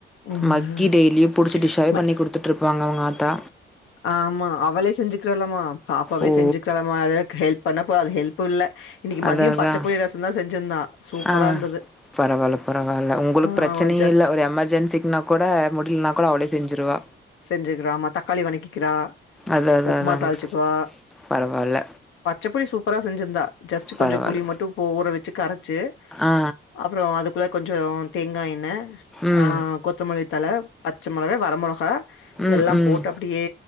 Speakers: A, on the left; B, in the centre.
A: ம்
B: மக்கி டெய்லியு புடிச்சி டிஷ்ஷாவே
A: ம
B: பண்ணி குடுத்துட்ருப்பாங்க அவுங்க ஆத்தா
A: ஆமா அவளே செஞ்சுக்றலாமா பாப்பாவே
B: ஓ
A: செஞ்சுக்கிறாலாமா அது ஹெல்ப் பண்ணப்ப அது ஹெல்ப்பு இல்ல இன்னைக்கு
B: அதா
A: மதிய
B: அதா
A: பச்சப்புளி ரசம்தா செஞ்சிருந்தா சூப்பரா
B: ஆ
A: இருந்தது
B: பரவால்ல பரவால்ல உங்களுக்கு
A: ஆ
B: பிரச்சனை
A: ஜஸ்ட்
B: இல்ல ஒரு எமர்ஜென்சிக்குன்னா கொட முடிய்ல்னா கூட அவளே செஞ்சிருவா
A: செஞ்சுக்றாமா தக்காளி வணக்கிக்கிறா
B: அது அது
A: உப்மா
B: அதாங்
A: தாளிச்சுக்குவா
B: பரவால்ல
A: பச்சப்புளி சூப்பரா செஞ்சிருந்தா ஜஸ்ட்டு கொஞ்ச
B: பரவால்ல
A: புளி மட்டு ஊற வச்சு கரச்சு
B: ஆ
A: அப்பற அதுக்குள்ள கொஞ்ச தேங்கா எண்ண
B: ம்
A: ஆ கொத்தமல்லி தழ பச்ச மொளவு வர மொளகா
B: ம்
A: எல்லாம்
B: ம்
A: போட்டு அப்டியே